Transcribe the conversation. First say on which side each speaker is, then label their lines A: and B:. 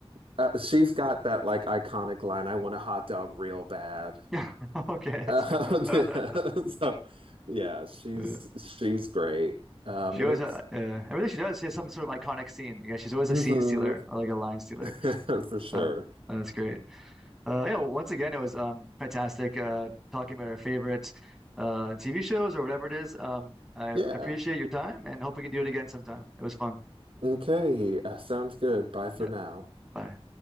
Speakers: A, on the right; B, in the centre.
A: Uh, she's got that like iconic line, "I want a hot dog real bad."
B: Yeah, <laughs> okay. That's...
A: Uh,
B: <laughs>
A: <laughs> yeah, so, yeah, she's
B: Uh,
A: she's great. Um,
B: She
A: and
B: always
A: it's
B: uh, uh, everything she does she has some sort of iconic scene. Yeah, she's always
A: mhm,
B: a scene stealer or like a line stealer.
A: <laughs> for sure.
B: Uh, uh, that's great. Uh, yeah, well, once again, it was um fantastic uh talking about our favorite uh TV shows or whatever it is. Um, I
A: Yeah.
B: appreciate your time and hope we can do it again sometime. It was fun.
A: Okay. Uh, sounds good. Bye for
B: Yeah.
A: now.
B: Bye.